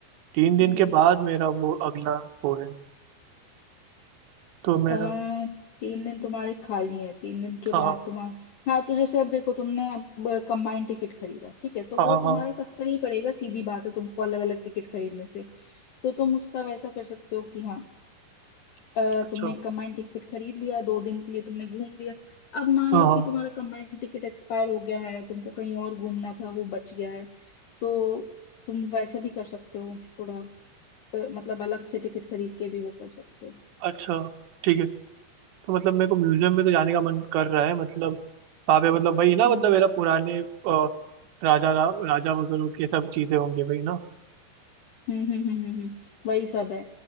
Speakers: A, on the right; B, on the left.
A: तीन दिन
B: हम्म
A: के बाद मेरा वो अगला वो है तो मेरा
B: आ, तीन दिन तुम्हारे खाली हैं तीन दिन के
A: हाँ
B: बाद
A: हाँ
B: तुम्हारा हाँ तो जैसे अब देखो तुमने अब कंबाइंड टिकट खरीदा ठीक है तो
A: हाँ
B: वो
A: हाँ
B: तुम्हारा
A: हाँ,
B: सस्ता ही पड़ेगा सीधी बात है तुमको अलग अलग टिकट खरीदने से तो तुम उसका वैसा कर सकते हो कि हाँ अ,
A: अच्छा
B: तुमने कमांड टिकट खरीद लिया दो दिन के लिए तुमने घूम लिया अब मान
A: हाँ
B: लो
A: हाँ
B: कि तुम्हारा कमांड टिकट एक्सपायर हो गया है तुमको कहीं और घूमना था वो बच गया है तो तुम वैसा भी कर सकते हो थोड़ा अ, मतलब अलग से टिकट खरीद के भी वो कर सकते हो
A: अच्छा ठीक है तो मतलब मेरे को म्यूजियम में तो जाने का मन कर रहा है मतलब वहाँ पे मतलब वही ना
B: हम्म
A: मतलब मेरा पुराने अ, राजा रा, राजा वगैरह की सब चीज़ें होंगी वही ना
B: हम्म हम्म हम्म हम्म, हम्म, वही सब है